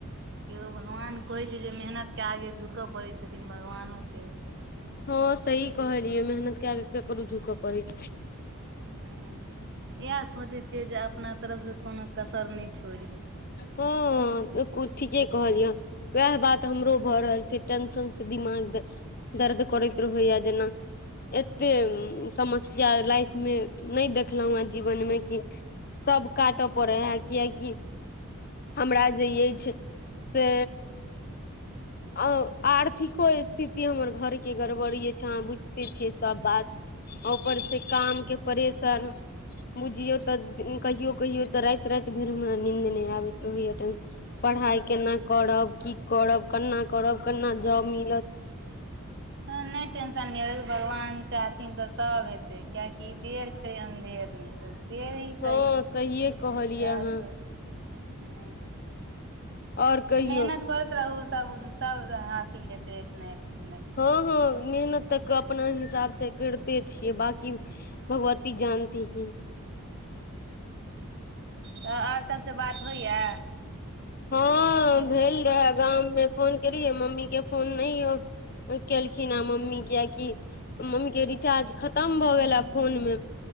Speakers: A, on the right; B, on the left.
A: खिओ भगवान कहै छै जे मेहनत केँ आगे झुकऽ पड़ै छथिन भगवानोे केँ
B: हँ सही कहलियै मेहनत केँ आगे केकरो झुकऽ पड़ै छै
A: हँ इहै सोचै छियै जे अपना तरफ सँ कोनो कसर नय छोड़ी
B: हँ कु - ठिकेँ कहलियै हँ वैह बात हमरो भऽ रहल छै टेंशन से दिमाग दर्द करैत रहै यऽ जेना एते समस्या लाइफमे नय देखलहुँ हेँ जीवनमे कि सब काटऽ पड़े है क्याकि हमरा जे अछि से
A: <inaudible>
B: आ आर्थिको स्थिति हमर घर केँ गड़बड़ी छै अहाँ बुझिते छियै सब बात आ ऊपर से काम के परेशर बुझियौ त कहियो कहियो त रात रात भैर हमरा नींद नै होएय अबैत रहैय <unintelligible> पढ़ाइ केना करब की करब कन्ना करब केना जॉब मिलत
A: <inaudible> हॅं नय टेंशन लियैअ भगवान चाहथिन तऽ सब हेते किआकि देर छै अन्धेर <unintelligible> जेभी
B: हँ
A: सही इन्तजार
B: सहिए कहलियै अहाँ
A: करू हूं
B: आओर कहियौ
A: मेहनत करैत रहू सब सब हासिल हेतै एक ने एक दिन तऽ
B: हँ हँ मेहनत तऽ अपना हिसाब से कैरते छियै बाकी भगवती जानती हीन
A: तऽ और सबसे बात होइया
B: हँ भेल रहे गाम मे फोन कियै मम्मी के फोन नय यौ केलखिन हैं मम्मी कियाकि मम्मी के रिचार्ज खतम भऽ गेला फोन मे